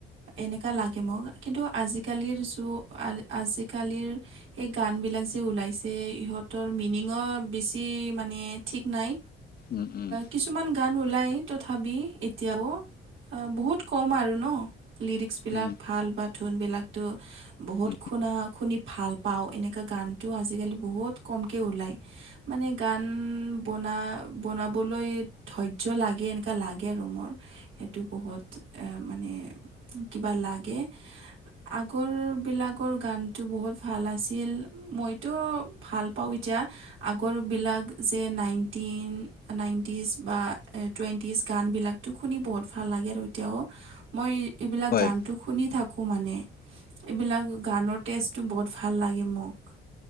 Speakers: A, on the right; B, on the left.
A: এনেকা লাগে মোক কিন্তু আজিকালিৰ যোগত। আজিকালিৰ সেই গানবিলাক যে ওলাইছে ইহঁতৰ মিনিঙো বেছি মানে ঠিক নাই।
B: উম উম
A: কিছু। কিছুমান গান ওলাই তথাবি এতিয়াও আ বহুত কম আৰু ন লিৰিক্স বিলাক
B: উম
A: ভাল বা ধোনবিলাকটো বহুত
B: উম
A: খুনা খুনি ভাল পাওঁ এনেকুৱা গানটো আজিকালি বহুত কমকে ওলায়। মানে গান, বনা বনাবলৈ ধৈৰ্য্য লাগে, এনেকুৱা লাগে আৰু মোৰ। সেইটো বহুত এ, মানে কিবা লাগে। আগৰবিলাগৰ গানটো বহুত ভাল আছিল, মইতো ভাল পাওঁ এতিয়া। আগৰবিলাক যে, নাইনটিন, নাইনটিজ বা টুৱেণ্টিজ গানবিলাক। টো শুনি বহুত ভাল লাগে আৰু এতিয়াও। মই এইবিলাক
B: হয়
A: গানটো শুনি থাকো মানে এইবিলাক গানৰ টেষ্টটো বত ভাল লাগে মোক।